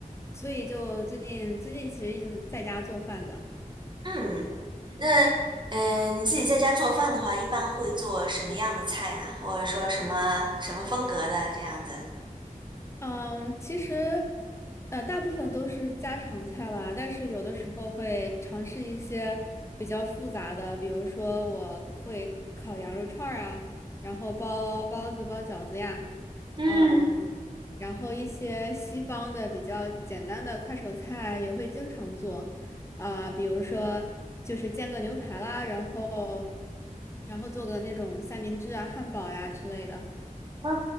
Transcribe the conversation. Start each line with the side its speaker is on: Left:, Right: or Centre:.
Left: 所以就最近最近其实一直在家做饭的。
Right: 嗯，那呃，你自己在家做饭的话，一般会做什么样的菜呢？或者说什么什么风格的这样子？
Left: 嗯，其实，呃，大部分都是家常菜啦，但是有的时候会尝试一些比较复杂的，比如说我会烤羊肉串儿啊，然后包包子、包饺子呀，
Right: 嗯，
Left: 嗯，然后一些西方的比较简单的快手菜也会经常做，啊、比如说就是煎个牛排啦，然后，然后做个那种三明治啊、汉堡呀之类的。
Right: 哦，